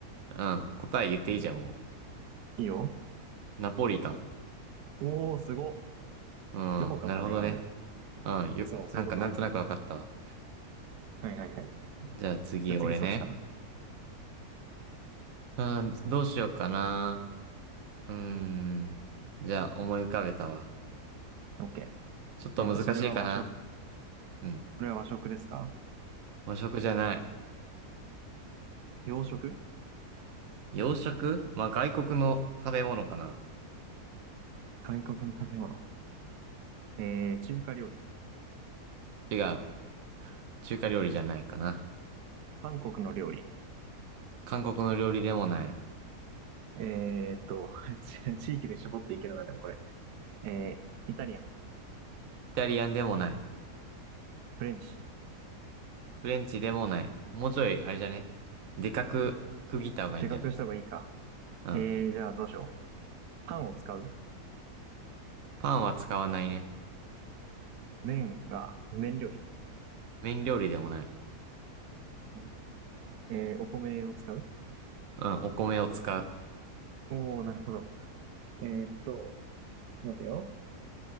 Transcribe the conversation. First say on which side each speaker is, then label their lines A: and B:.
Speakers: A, on the right; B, on the right.
A: うん。答え言っていいじゃん、も
B: いいよ。
A: う。ナポリタン。
B: おー、すご。
A: うん。
B: よくわかったね、
A: なるほどね。
B: 今ので。
A: うん。よ、
B: そう、そういうこと。
A: なんか、なんとなく分かったわ。
B: はいはいはい。
A: じゃあ次、
B: じゃあ次そっちかな。
A: 俺ね。うん、どうしようかな。うーん。じゃあ、思い浮かべたわ。
B: オッケ
A: ちょっと難しいかな。
B: ー。えっと、それは和食、
A: うん。
B: これは和食ですか
A: 和食じゃない。
B: 洋食
A: 洋食まあ、外国の食べ物かな。
B: 外国の食べ物。えー、中華料理。
A: 違う。中華料理じゃないかな。
B: 韓国の料理。
A: 韓国の料理でもない。
B: えーっと、<laughs> 地地域で絞っていけるな、でもこれ。えー、イタリアン。
A: イタリアンでもない。
B: フレンチ。
A: フレンチでもない。もうちょい、あれじゃね。でかく区切った方がいいんじゃない
B: でかくした方がいいか。
A: うん。
B: えー、じゃあどうしよう。パンを使う
A: パンは使わないね。
B: 麺が、麺料理
A: 麺料理でもない。
B: んえーお米を使う
A: うん、お米を使う。
B: おー、なるほど。えーっと、待てよ。